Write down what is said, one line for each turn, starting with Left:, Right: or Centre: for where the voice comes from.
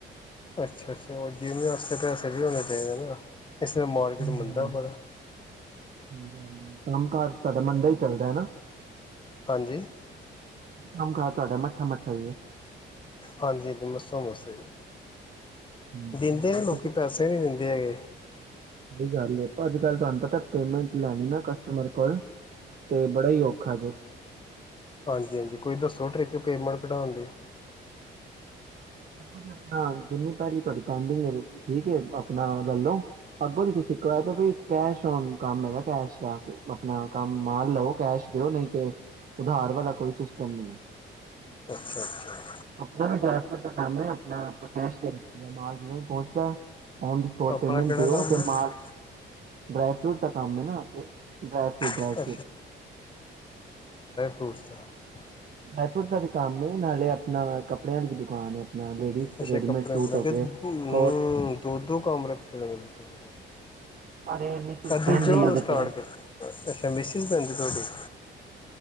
Left: ਅੱਛਾ ਅੱਛਾ ਉਹ ਜਿਵੇ ਵਸਤੇ ਪੈਸੇ ਵੀ ਹੋਣੇ ਚਾਹੀਦੇ ਨਾ ਇਸ ਤਰ੍ਹਾਂ ਮਾਰਕੀਟ ਮੰਦਾ
Right: ਹਾਂ ਸਹੀ
Left: ਬੜਾ
Right: <unintelligible> ਕੰਮ ਕਾਰ ਤਾਹਾਡਾ ਮੰੰਦਾ ਹੀ ਚੱਲਦਾ ਨਾ?
Left: ਹਾਂਜੀ
Right: ਕੰਮ ਕਰ ਤੁਹਾਡਾ ਮੱਠਾ ਮੱਾ ਹਜੀ
Left: ਹਾਂਜੀਮੱਸੋ ਮਸ ਜੀ
Right: ਹਾਂਜੀ।
Left: ਦਿੰਦੇ ਨੇ ਲੋਕੀ
Right: ਤੁਸੀਂ
Left: ਪੈਸੇ ਨਹੀ ਦਿੰਦੇ ਹੈਗੇ
Right: ਸਹੀ ਗੱਲ ਅੱਜ ਕੱਲ ਤੁਹਾਨੂੰ ਪਤਾ ਪੇਮੈਂਟ ਲੈਣੀ ਨਾ ਕਸਟਮਰ ਕੋਲ ਤੇ ਬੜਾ ਹੀ ਔਖਾ ਜੇ
Left: ਹਾਂਜੀ ਹਾਂਜੀ ਕੋਈ ਦੱਸੋ ਟਰਿੱਕ ਪੇਮੈਂਟ ਕਢਾਉਣ ਦੀ
Right: ਦੀ ਆਪ ਜਿੰਨੀ ਪਲੀ ਤੁ ਪਡਿੰਗ ਠੀਕ ਆਪਣਾ ਲਲੋ ਅੱਗੋਂ ਦੀ ਤੁ ਕ ਕੰਮ ਹੈਗਾ ਕ ਦਾ ਆਪਣਾ ਕੰਮ ਮ ਲਓ ਕੈਸ਼ ਦਿਓ ਨਹੀਂ ਤੇ ਉਧਾਰ ਵਾਲਾ ਕੋਈ ਸਿਸਟਮ ਨ
Left: ਅੱਛਾ ਅੱਛਾ
Right: ਡ ਫਰੂਟ ਦਾਾਮ ਆਪਣਾ ਆਪ ਕੈਸ਼ ਦੇ ਰੱਖ ਮਾਲ ਜਦ ਪਹੁੰਚਦਾ <unintelligible> ਨ ਦੀ ਸਪੋਟ
Left: ਆਪਣਾ
Right: ਪੇਮਟ
Left: ਕਿਹੜਾ
Right: ਦਿਓ
Left: ਕੰਮ ਹੈ
Right: ਮ ਡਰਾਈ ਫਰੂਟ ਦਾ ਕੰਮ ਹੈ ਨਾ ਡ੍ਰਈ ਫਰੂਟ ਡਰਾਈ
Left: ਅੱਛਾ
Right: ਫਰੂਟ
Left: ਸਸ <inaudible>
Right: ਡਰਾਈ ਫਰੂਟ ਦਾ ਵੀ ਕੰਮ ਏ, ਨਾਲੇ ਆਪ ਨਾਲ ਕੱਪੜਿਆਂ ਦੀ ਵੀ ਦੁਕਾਨ ਹੈ। ਆਪਣਾ ਲੇਡੀਜ਼
Left: ਅੱਛਾ,
Right: ਰੈਡੀਮੇਡ
Left: ਕੱਪੜੇ
Right: ਸੂਟ ਹੋ
Left: ਕੇ
Right: ਗਏ
Left: ਹਮ
Right: ਕੋਟਸ
Left: ਦੋ- ਦੋ ਕੰਮ ਰੱਖੇ ਹੋ ਨੇ ਤੁਸੀਂ।
Right: ਅਰੇ ਮਿਸਿਸ ਬਹਿੰਦੀ
Left: ਦੂਜੇਦੋਂ
Right: ਉਹਦੇ
Left: ਸਟਾਰਟ
Right: ਤੇ
Left: ਕੀਤਾ ਅੱਛਾ ਮਿਸਿਸ ਪੈਂਦੀ ਤੁਹਾਡੀ <inaudible>